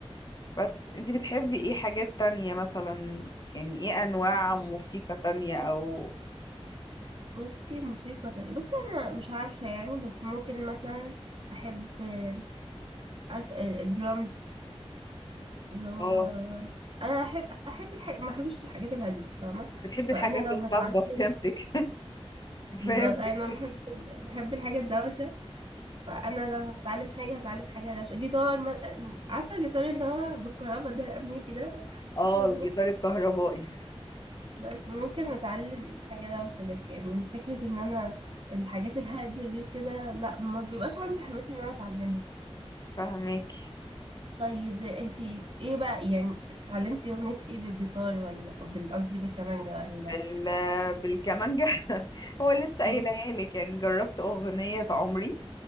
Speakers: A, on the left (about 40°); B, on the right (about 55°).
A: بس انتي بتحبي ايه حاجات تانية مثلا يعني ايه انواع موسيقى تانية او
B: بصي موسيقى تانية بصي انا مش عارفة يعني بس ممكن مثلا احب آه، عارفة آه، الدرامز اللي هو
A: اه
B: انا احب احب الحاج... ما احبش الحاجات الهادية فاهمة
A: بتحبي
B: فانا
A: الحاجات
B: لو
A: الصاخبة
B: هتعلم
A: فهمتك <laughs>
B: بالظبط
A: فهمتك
B: انا بحب بحب الحاجة الدوشة فانا لو هتعلم حاجه هتعلم حاجه لو جيتار ما... عارفه الجيتار اللي هو بالكهرباء ده الامريكي ده
A: اه
B: فاهمة؟
A: الجيتار الكهربائي
B: بس ممكن اتعلم حاجه دوشه لكن فكره ان انا الحاجات الهاديه دي وكده لا ما بيبقاش عندي حماس ان انا اتعلمها
A: فهمك
B: طيب انتي ايه بقى يعني اتعلمتي اغنيه ايه بالجيتار ولا بال- قصدي بالكمانجه ولا
A: بال... بالكمانجة <laughs> هو لسه قايلها
B: مم.
A: لي كان جربت أغنية عمري